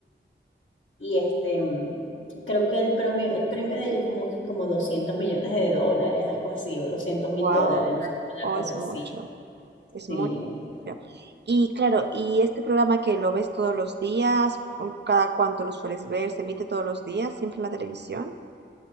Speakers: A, on the left; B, on the right.
A: y este, creo que el premio, el premio de ellos es como, como 200 millones de dólares, algo así, o doscientos mil
B: Wow,
A: dólares, no sé,
B: oh,
A: una cosa
B: es mucho.
A: así,
B: Es
A: sí.
B: mucho dinero. Y claro, y este programa que lo ves todos los días, ¿O cada cuánto lo sueles ver, se emite todos los días, siempre en la televisión.